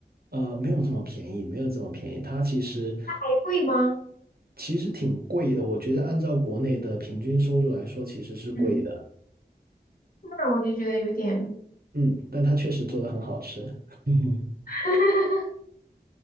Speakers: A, on the right; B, on the left.
A: 呃，没有这么便宜，没有这么便宜。它其实
B: 还贵吗？
A: 其实挺贵的，我觉得按照国内的平均收入来说，其实是贵的。
B: 嗯，那我就觉得有点。
A: 嗯，但它确实做的很好吃。<laughs>
B: <laughs>